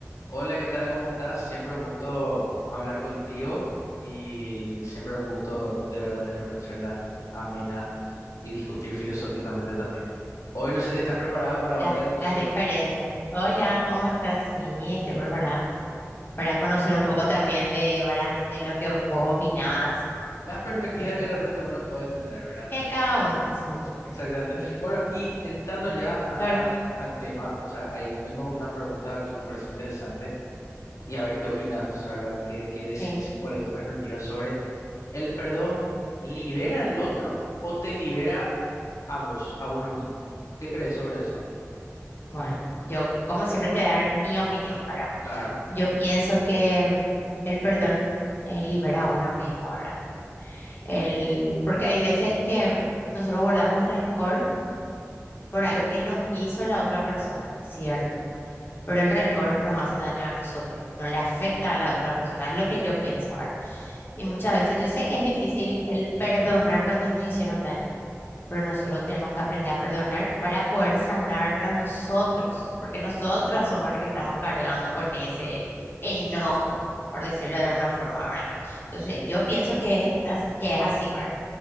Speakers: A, on the left; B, on the left.
A: Hola, ¿qué tal? ¿Cómo estás? Siempre un gusto hablar contigo y siempre un gusto de verdad tener una charla amena y discutir filosóficamente también. Hoy no sé si estás preparada para
B: Las,
A: otra discusión.
B: las diferencias. Hola, ¿cómo estás? Sí, estoy preparada para conocer un poco también de, ¿verdad? de lo que vos opinás,
A: Las perspectivas
B: eh,
A: que de repente uno puede tener, ¿verdad?
B: que cada uno, sí,
A: Exactamente.
B: sí,
A: Bueno, y entrando ya a-
B: sobre,
A: a- al tema, o sea, ahí vengo con una pregunta que me parece interesante y a ver qué opinas, ¿verdad? A ver qué, qué decís,
B: sí.
A: cuál es tu perspectiva sobre el perdón, ¿libera al otro o te libera? a vos, a uno mismo. ¿Qué crees sobre eso?
B: Bueno, yo como siempre te voy a dar mi opinión, ¿verdad?
A: Claro, sí.
B: Yo pienso que mm, el perdón eh, libera a uno mismo, ¿verdad? El, porque hay veces que nosotros guardamos rencor por
A: ujú,
B: algo que nos hizo la otra persona, ¿cierto?
A: sí.
B: pero el rencor nos hace daño a nosotros, no le afecta a la otra persona, es lo que yo pienso ahora. Y muchas veces yo sé que es difícil el perdonar cuando nos hicieron daño, pero nosotros tenemos que aprender a perdonar para poder sanarnos nosotros, porque nosotros somos los que estamos cargando con ese enojo, por decirlo
A: ujú,
B: de alguna forma, ¿verdad? Entonces,
A: Sí.
B: yo pienso que es, as- que es así, ¿verdad?